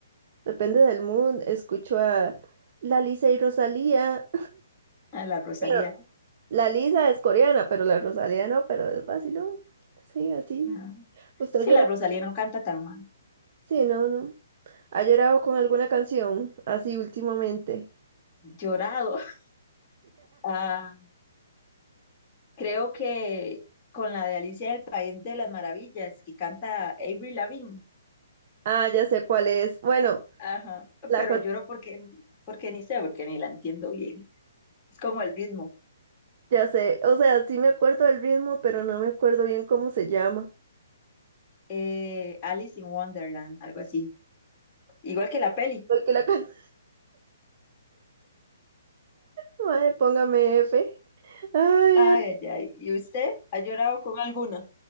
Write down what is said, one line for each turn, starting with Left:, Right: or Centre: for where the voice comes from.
Right: depende del mood, escucho a la Lisa y Rosalía.
Left: A la Rosalía.
Right: Pero la Lisa es coreana, pero la Rosalía no, pero es vacilón. Sí, así.
Left: ah,
Right: ¿Usted
Left: Sí,
Right: ha llorado?
Left: la Rosalía no canta tan mal.
Right: Sí, no, no. ¿Ha llorado con alguna canción así últimamente?
Left: Llorado. <laughs> Ah, creo que con la de Alicia del País de las Maravillas, que canta Avril Lavigne.
Right: Ah, ya sé cuál es. Bueno,
Left: Ajá,
Right: la
Left: pero
Right: can-
Left: lloro porque, porque ni sé, porque ni la entiendo bien. Es como el ritmo.
Right: ya sé. O sea, sí me acuerdo del ritmo, pero no me acuerdo bien cómo se llama.
Left: Eh, Alice in Wonderland, algo así. Igual que la peli.
Right: Porque la <laughs> can- Mae, póngame F. Ay,
Left: Ay, ay, ay. ¿Y usted ha llorado con alguna?